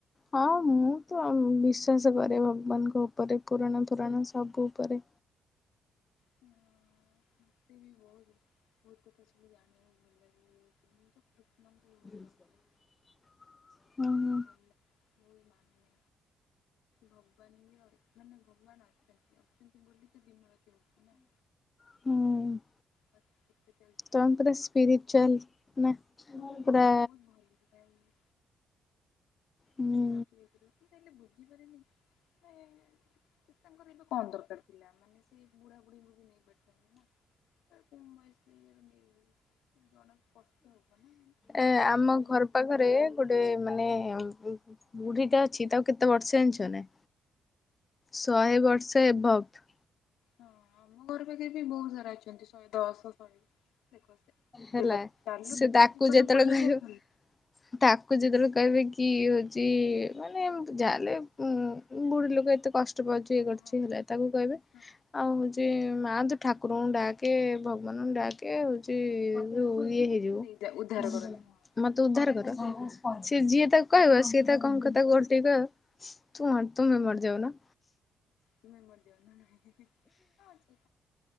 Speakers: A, on the left; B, on the left.
A: ହଁ ମୁଁ ତ ବିଶ୍ଵାସ କରେ ଭଗବାନଙ୍କ ଉପରେ ପୁରାଣା ଫୁରାଣ ସବୁ ଉପରେ।
B: ହୁଁ। ମତେ ବି ବହୁତ ବହୁତ କଥା ସବୁ ଜାଣିବାକୁ ଭଲ ଲାଗେ ମୁଁ ତ କୃଷ୍ଣଙ୍କୁ ବହୁତ
A: <unintelligible>
B: ଭଲ ପାଏ।
A: ହୁଁ
B: ବହୁତ ଭଲ ଲାଗେ ବହୁତ ମାନେ ଭଗବାନ ବି <unintelligible> ମାନେ ଭଗବାନ ଅଛନ୍ତି ଅଛନ୍ତି ବୋଲି ତ ଦିନରାତି ହଉଛି ନା।
A: ହୁଁ।
B: <unintelligible>
A: ତମେ ପୁରା ସ୍ପିରିିଚୁଆଲ ନା
B: ହଁ ମତେ
A: ପୁରା
B: ବହୁତ ଭଲ ଲାଗେ
A: ହୁଁ
B: <unintelligible> ମୁଁ ତାହଲେ ବୁଝିପାରେନି ଆଏ ସେ ତାଙ୍କର ଏବେ କଣ ଦରକାର ଥିଲା ମାନେ ସେ ବୁଢା ବୁଢ଼ୀଙ୍କୁ ବି ନେଇ ପାରିଥାନ୍ତି ନା। କମ ବୟସ ଇଏରୁ ନେଇଗଲେ ଜଣକୁ କଷ୍ଟ ହବ ନା। ତାଙ୍କ
A: ଏ ଆମ
B: ସହିତ
A: ଘର ପାଖ ରେ ଗୋଟେ ମାନେ ଉଁ ବୁଢୀଟା ଅଛି ତାକୁ କେତେ ବର୍ଷେ ଜାଣିଛ ନା? ଶହେ ବର୍ଷ ଏବଭବ।
B: ହଁ ଆମ ଘର ପାଖରେ ବି ବହୁତ ସାରା ଅଛନ୍ତି ଶହେ ଦଶ ଶହେ ଦେଖ
A: ହେଲା
B: ଦେଖ ଚାଲୁଥିବ
A: ସେ ତାକୁ
B: ଜୀବନ
A: ଯେତେବେଳେ
B: ପଳେଇବ
A: କହିବ
B: ଭଲ
A: ତାକୁ ଯେତେବେଳେ କହିବେ କି ହଉଛି ମାନେ ଯାହାଲେ ଉ ବୁଢୀ ଲୋକ ଏତେ କଷ୍ଟ ଟ ପାଉଛି
B: ହଁ
A: ଇ କରୁଛି
B: ହଁ
A: ହେଲେ ତାକୁ କହିବେ
B: ହଁ
A: ଆଉ ହଉଛି ମା ତ ଠାକୁରଙ୍କୁ ଡାକେ ଭଗବାନଙ୍କୁ ଡାକେ ହଉ। ସେ ଇଏ ହେଇଯିବ।
B: ସେ ନେଇଯା ଉଦ୍ଧାର କରନ୍ତି ହଁ
A: ମତେ ଉଦ୍ଧାର କର। ସିଏ ଯିଏ ତାକୁ କହିବ ସିଏ ତା କ କ ତାକୁ ଗୋ ଟ କହିବ। ତୁ ତୁମେ ମରଯାଉନା।
B: ତୁମେ ମରି ଯାଉନ ହଁ ମାନେ